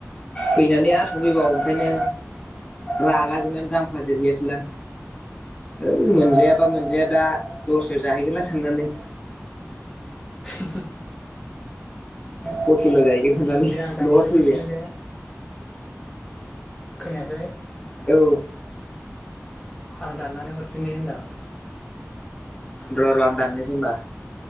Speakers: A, on the left (about 20°); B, in the centre.
A: फैनानै आरो संफैबावो ओंखायनो रागाजोंनानै दांफा देरहैयासैलां। ओइ मोनजायाबा मोनजाया दा दस्रायाव जाहैगोनलां साननानै।
B: <inaudible>
A: हटेलाव जाहैगोन साननानै
B: दे आं दाननानै
A: ब्लद फैबाय
B: हरफिनो
A: आं।
B: दे खोनायाखै?
A: औ
B: आं दाननानै हरफिननो होनदां।
A: र' र' आं दाननोसै होनबा।